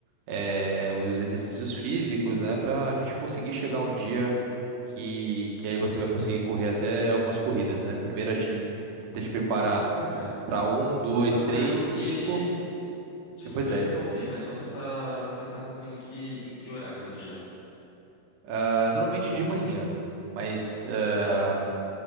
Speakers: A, on the right; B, on the left.
A: eh, os exercícios físicos, né, para a gente conseguir chegar um dia que, que aí você vai conseguir correr até algumas corridas, né? Primeiro a gente tenta te preparar
B: Cara,
A: para um, dois,
B: você tá correndo
A: três,
B: que.
A: cinco,
B: Desculpa
A: depois dez.
B: te interromper, mas você tá, você tá correndo que em que horário do dia?
A: Ah, normalmente de manhã, mas ah,
B: Tá,